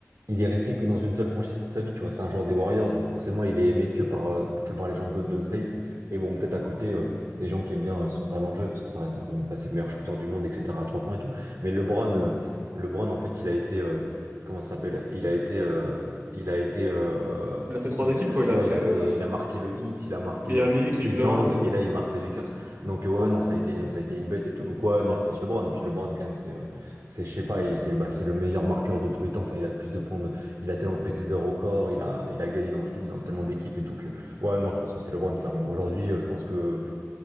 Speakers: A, on the right; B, on the right.
A: il est resté que dans une seule franchise toute sa vie, tu vois. C'est un joueur des Warriors, donc forcément, il est aimé que par, euh, que par les gens de Golden State. Et bon, peut-être à côté, euh, des gens qui aiment bien euh, son talent de jeu, parce que ça reste un des, bah, c'est le meilleur shooter du monde, etc., à trois points et tout. Mais LeBron, euh, LeBron, en fait, il a été, euh, comment ça s'appelle? Il a été, euh, il a été, euh,
B: Il a fait trois
A: il
B: équipes,
A: a,
B: quoi. Il
A: ouais,
B: a fait
A: il a
B: euh,
A: fait, il a marqué le Heat il a marqué
B: Miami,
A: euh,
B: Cleveland
A: Cleveland, et,
B: et...
A: et là, il marque les Lakers. Donc euh, ouais, ouais, non, ça a été, ça a été une bête et tout. Donc ouais, non, je pense LeBron. Et puis LeBron, quand même, c'est, euh, c'est, je sais pas, et c'est bah, c'est le meilleur marqueur de tous les temps. Enfin, il a le plus de points de- il a tellement pété de records, il a, il a gagné, dans, je te dis, dans tellement d'équipes et tout que ouais, non, je pense que c'est LeBron, clairement. Aujourd'hui, euh, je pense que